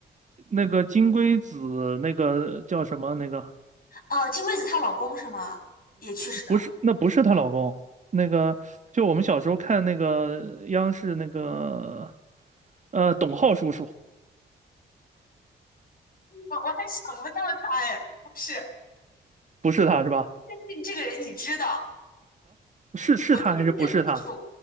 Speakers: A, on the right; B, on the left.
A: 那个金龟子，那个叫什么？那个
B: 哦，金龟子她老公是吗？也去世了。
A: 不是，那不是她老公，那个就我们小时候看那个央视那个，呃，董浩叔叔，
B: 我我还想不到他哎，不是，
A: 不是他是吧？
B: 确信这个人你知道，
A: 是是他还是不是他？
B: 我确信就是